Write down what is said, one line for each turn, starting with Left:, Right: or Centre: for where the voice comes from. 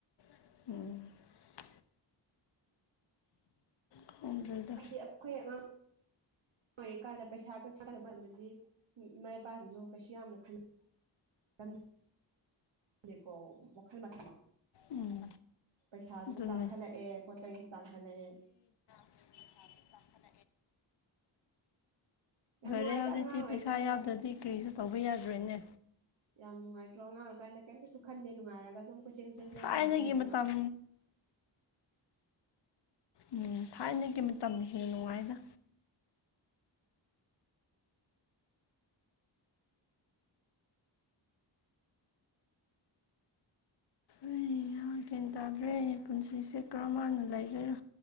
Left: ꯎꯝ ꯈꯪꯗ꯭ꯔꯦꯗ
Right: ꯍꯥꯏꯗꯤ ꯑꯩꯈꯣꯏ ꯑꯉꯥꯡ ꯃꯔꯝ ꯑꯣꯏꯔꯤꯀꯥꯟꯗ ꯄꯩꯁꯥ ꯈꯗꯤ ꯏꯃꯥ ꯏꯄꯥꯁꯤꯡꯁꯨ ꯀꯩꯁꯨ ꯌꯥꯝꯅ ꯈꯜꯂ ꯊꯝ ꯗꯦꯀꯣ ꯋꯥꯈꯜ ꯃ ꯊꯝ ꯃ
Left: ꯎꯝ
Right: ꯄꯩꯁꯥꯁꯨ
Left: ꯑꯗꯨꯅꯦ
Right: ꯇꯥꯡꯈꯠꯂꯛꯑꯦ ꯄꯣꯠ ꯆꯩꯁꯨ ꯇꯥꯡꯈꯠꯂꯛꯑꯦ
Left: ꯁꯤ
Right: ꯌꯥꯝ ꯅꯨꯡꯉꯥꯏꯗ
Left: ꯔꯦ ꯍꯧꯖꯤꯛꯇꯤ
Right: ꯑꯉꯥꯡ ꯑꯣꯏꯔꯤꯀꯥꯟꯗ
Left: ꯄꯩꯁꯥ ꯌꯥꯎꯗ꯭ꯔꯗꯤ ꯀꯔꯤꯁꯨ ꯇꯧꯕ ꯌꯥꯗ꯭ꯔꯦꯅꯦ
Right: ꯌꯥꯝ ꯅꯨꯡꯉꯥꯏꯇ꯭ꯔꯣ ꯑꯉꯥꯡꯑꯣꯢꯀꯥꯟꯗ ꯀꯩꯝꯇꯁꯨ ꯈꯟꯗꯦ ꯅꯨꯡꯉꯥꯏꯔꯒ ꯑꯗꯨꯝ ꯀꯣꯆꯤꯡ ꯀꯆꯁ
Left: ꯊꯥꯏꯅꯒꯤ
Right: ꯁꯅꯂꯩꯕꯗꯣ
Left: ꯃꯇꯝ ꯎꯝ ꯊꯥꯏꯅꯒꯤ ꯃꯇꯝꯅ ꯍꯦꯟꯅ ꯅꯨꯡꯉꯥꯏꯗ ꯑꯩ ꯌꯥ ꯒꯌꯥꯟ ꯇꯥꯗ꯭ꯔꯦ ꯄꯨꯟꯁꯤꯁꯦ ꯀꯔꯝꯃꯥꯢꯅ ꯂꯩꯗꯣꯏꯔꯣ